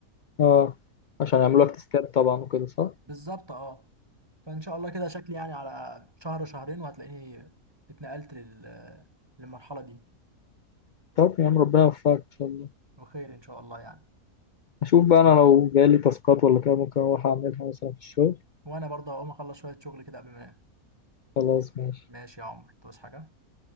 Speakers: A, on the left; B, on the right.
A: اه عشان يعملوا لك تسكات طبعا وكده صح؟
B: بالظبط اه فان شاء الله كده شكلي يعني على شهر شهرين وهتلاقيني اتنقلت لل... للمرحله دي
A: طب يا عم ربنا يوفقك ان شاء الله
B: بخير ان شاء الله يعني
A: اشوف بقى انا لو جالي تاسكات ولا كده ممكن اروح اعملها مثلا في الشغل
B: وانا برضه هقوم اخلص شويه شغل كده قبل ما انام
A: خلاص ماشي
B: ماشي يا عمر توس حاجه